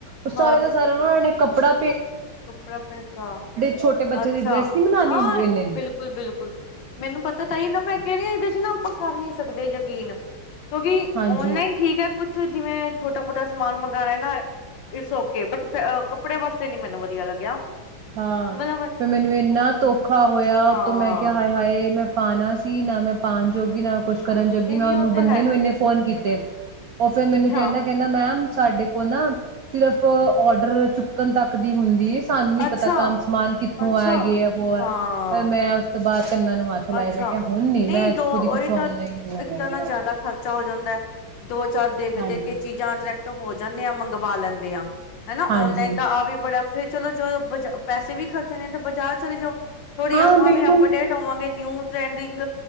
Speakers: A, on the right; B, on the left.
A: ਉਹ ਸਾਰੇ
B: ਹਾਂ
A: ਦਾ ਸਾਰਿਆਂ ਉਹਨਾਂ ਨੇ ਕਪੜਾ
B: ਕੱਪੜਾ ਪੈਸਾ
A: ਛੋਟੇ ਬੱਚੇ
B: ਅੱਛਾ
A: ਦੀ ਡਰੈਸ ਨੀ ਬਣਾਉਣੀ
B: ਹਾਂ
A: ਹੁੰਦੀ ਇੰਨੇ ਦੀ
B: ਬਿਲਕੁਲ ਬਿਲਕੁਲ ਮੈਨੂੰ ਪਤਾ ਤ ਹੀ ਨਾ ਮੈਂ ਕਹਿ ਹ ਇਹਦੇ ਚ ਨਾ ਆਪਾਂ ਕਰਨੀ ਸਕਦੇ ਯਕੀਨ ਕਿਉਂਕਿ
A: ਹਾਂਜੀ
B: ਔਨਲਾਈਨ ਠੀਕ ਹੈ ਕੁਛ ਜਿਵੇਂ ਛੋਟਾ ਮੋਟਾ ਸਮਾਨ ਮੰਗਵਾਉਣਾ ਨਾ ਇਟਸ ਓਕੇ ਬਟ ਕੱਪੜੇ ਵਾਸਤੇ ਨੀ ਮੈਨੂੰ ਵਧੀਆ ਲੱਗਿਆ
A: ਹਾਂ
B: ਮਤਲਬ
A: ਫ ਮੈਨੂੰ ਇੰਨਾ ਧੋਖਾ ਹੋਇਆ
B: ਹਾਂ
A: ਉਤੋਂ ਮੈਂ ਕਿਹਾ ਹਾਏ ਹਾਏ ਮੈਂ ਪਾਣਾ ਸੀ ਨਾ ਮੈਂ ਪਾਉਣ ਜੋਗੀ ਨਾ
B: ਹਮ
A: ਕੁਛ ਕਰਨ ਜੋਗੀ
B: ਨਹੀਂ,
A: ਮੈਂ
B: ਨਹੀਂ
A: ਉਹਨੂੰ
B: ਉਹ ਤੇ
A: ਬੰਦੇ
B: ਹੈ
A: ਨੂੰ ਇੰਨੇ ਫੋਨ ਕੀਤੇ ਉਹ ਫਿਰ ਮੈਨੂੰ
B: ਅੱਛਾ,
A: ਕਹਿੰਦਾ ਕਹਿੰਦਾ ਮੈਮ ਸਾਡੇ ਨਾ ਸਿਰਫ ਔਡਰ ਚੁੱਕਣ ਤੱਕ ਦੀ ਹੁੰਦੀ ਹੈ
B: ਅੱਛਾ,
A: ਪਤਾ ਕੰਮ ਸਮਾਨ ਕਿੱਥੋਂ
B: ਅੱਛਾ
A: ਆ ਇਹ ਹੈ ਵੋ ਹੈ
B: ਹਾਂ
A: ਫ ਮੈਂ ਉਸ ਤੋਂ ਬਾਅਦ ਕੰਨਾਂ ਨੂੰ ਹੱਥ ਲਾਏ
B: ਅੱਛਾ
A: ਮੈਂ ਕਿਹਾ ਹੁਣ ਨੀ
B: ਨਹੀਂ
A: ਮੈਂ ਇੱਥੋਂ
B: ਦੋ ਉਹੀ
A: ਦੀ ਕੁਛ ਔਨਲਾਈਨ
B: ਤਾਂ
A: ਮੰਗਵਾਉਂਗੀ
B: ਇੱਕ ਤਾਂ ਨਾ ਜ਼ਿਆਦਾ ਖਰਚਾ ਹੋ ਜਾਂਦਾ ਦੋ ਚਾਰ ਦੇਖਦੇ
A: ਹਾਂਜੀ
B: ਕੇ ਚੀਜ਼ਾਂ ਅਟਰ੍ਰੈਕਟਿਵ ਹੋ ਜਾਂਦੇ ਆ ਮੰਗਵਾ ਲੈਂਦੇ <unintelligible> ਹਨਾ
A: ਹਾਂਜੀ
B: ਔਨਲਾਈਨ ਦਾ ਆ ਵੀ ਬੜਾ ਫੇਰ ਚਲੋ ਜੋ ਪੈਸੇ ਵੀ ਖਰਚੇਣੇ ਤੇ ਬਾਜਾਰ ਚਲੇ ਜਾ ਥੋੜ੍ਹੀ
A: ਹਾਂ
B: ਆਪਾਂ
A: ਬਿਲਕੁਲ
B: ਵੀ ਅਪਡੇਟ ਆਵਾਂਗੇ ਨਿਊ ਟਰੈਂਡਿੰਗ